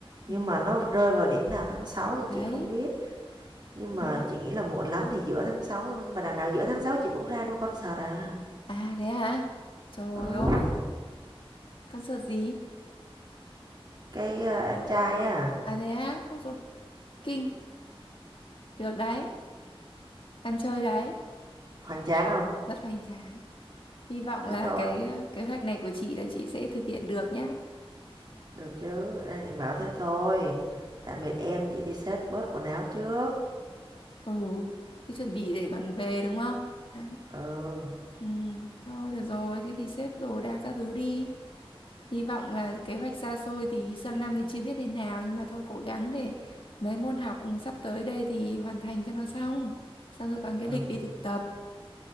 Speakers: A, on the right; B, on the left.
A: nhưng
B: Ừ,
A: mà nó rơi vào điểm nào tháng sáu
B: thì
A: thì
B: đấy.
A: chị không biết nhưng mà
B: Ừ.
A: chị nghĩ là muộn lắm thì giữa tháng 6 thôi nhưng mà đằng nào giữa tháng 6 chị cũng ra đuôi concert à
B: À thế hả? Trời
A: ừ
B: ơi, concert gì?
A: Cái, ờ, anh trai á,
B: À thế á? Ôi rồi kinh. Được đấy, ăn chơi đấy.
A: hoành tráng không?
B: Rất hoành tráng. Hy vọng
A: Thế
B: là
A: thôi,
B: cái ờ, kế hoạch này của chị là chị sẽ thực hiện được nhá.
A: được chứ, đang định bảo thế thôi. Tạm biệt em, chị đi xếp bớt quần áo trước.
B: ừ thế chuẩn bị để còn về đúng không đấy
A: Ừ,
B: ừ thôi được rồi thế thì xếp đồ đạc các thứ đi hy vọng là kế hoạch xa xôi thì sang năm thì chưa biết thế nào nhưng mà thôi cố gắng để mấy môn học sắp tới đây thì hoàn thành cho nó xong xong rồi còn cái
A: ừ,
B: lịch đi thực tập